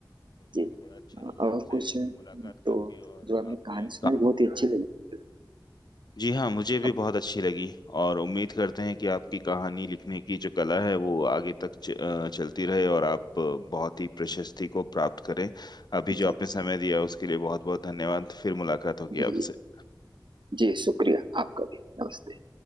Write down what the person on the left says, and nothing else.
चलिए
ये तो बड़ा अच्छा
लगा
आपसे
मुलाकात
करके और
आपकी
जी हाँ मुझे भी
बहुत अच्छी लगी और उम्मीद करते हैं कि आपकी कहानी लिखने की जो कला है वो आगे तक च, अ, चलती रहे और आप अ, बहुत ही प्रशस्ति को प्राप्त करें अभी जो
आपने समय दिया उसके लिए बहुत बहुत धन्यवाद फिर मुलाकात होगी
आपसे